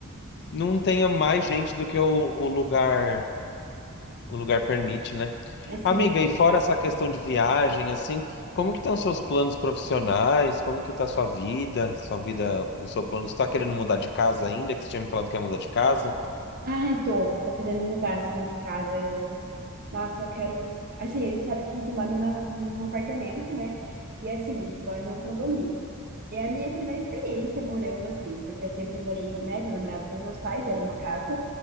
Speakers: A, on the left; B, on the right.
A: não tenha mais gente do que o, o lugar o lugar permite, né?
B: assim.
A: Amiga, e fora essa questão de viagem, assim, como que estão seus planos profissionais? Como que tá sua vida? Sua vida, o seu plano, você tá querendo mudar de casa ainda? Que você tinha me falado que ia mudar de casa?
B: Ai, tô, tô querendo mudar, assim, de casa. Eu Nossa, eu quero. Assim, sabe que a gente mora numa, num apartamento, né? E assim, a gente mora num condomínio. E é a minha primeira experiência morando assim, porque eu sempre morei, né? Quando eu morava com os meus pais, era uma casa,